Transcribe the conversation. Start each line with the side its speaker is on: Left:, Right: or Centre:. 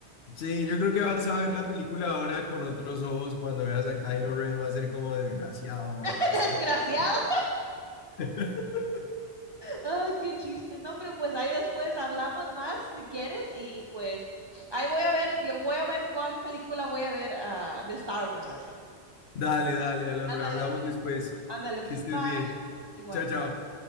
Left: Sí, yo creo que vas a ver la película ahora con otros ojos. Cuando veas a Kylo Ren va a ser como desgraciado, mataste
Right: <laughs> ¡Desgraciado!
Left: a Jesús". <laughs>
Right: Ah, qué chiste. No, hombre, pues ahí después hablamos más si quieres y pues ahí voy a ver, yo voy a ver cuál película voy a ver ah, de Star Wars, a ver.
Left: Dale, dale, Alondra,
Right: Ándale,
Left: hablamos
Right: pues.
Left: después.
Right: Ándale.
Left: Que estés
Right: Bye.
Left: bien.
Right: Igual.
Left: Chao, chao.